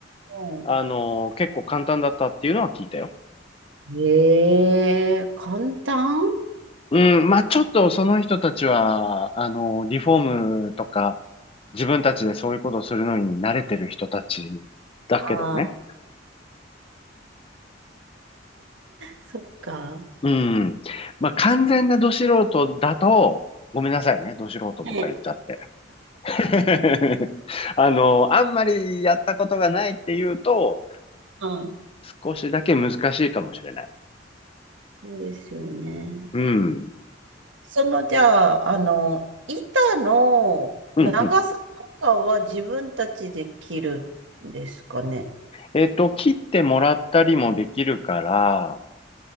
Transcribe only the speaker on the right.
う
ん。ええ簡単
ああーそっか。
えね、
はい。
そうですよね。
その、じゃあ、あの、板の長さとかは自分たちで切るんですかね。